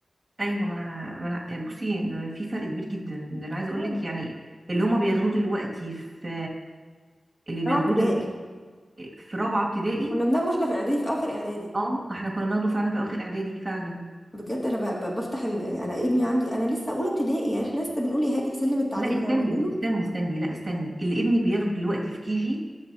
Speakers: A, on the right; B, on the left.
A: ايوه ما انا ما انا بصي ده في فرق كبير جدا ده انا عايزه اقول
B: اه
A: لك يعني اللي هما بياخدوه دلوقتي في اللي
B: رابعه
A: بياخدوه
B: ابتدائي
A: دلوقتي في رابعه ابتدائي
B: كنا بناخده احنا في اعدادي في اخر اعدادي
A: اه احنا كنا بناخده فعلا في اواخر اعدادي فعلا
B: بجد انا ب- ب- بفتح ال... انا ابني عندي انا لسه اولى ابتدائي يعني احنا لسه بنقول يا هادي في سلم التعليم
A: لا استني
B: زي ما بيقولوا
A: استني استني لا استني اللي ابني بياخده دلوقتي في كيجي